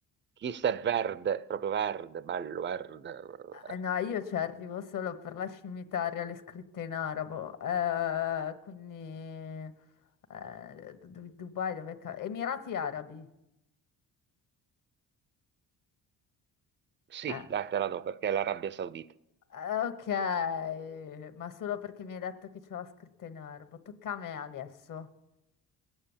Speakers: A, on the right; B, on the left.
A: Chi sta è verde, proprio verde, bello verde. verde.
B: Eh, No, io ci arrivo solo per la scimmitaria, le scritte in arabo, Eh, quindi eh, Du- Dubai, dove ca- Emirati Arabi.
A: Sì,
B: Eh,
A: dai, te la do perché è l'Arabia Saudita.
B: eh, ok, ma solo perché mi hai detto che c'è la scritta in arabo. Tocca a me adesso.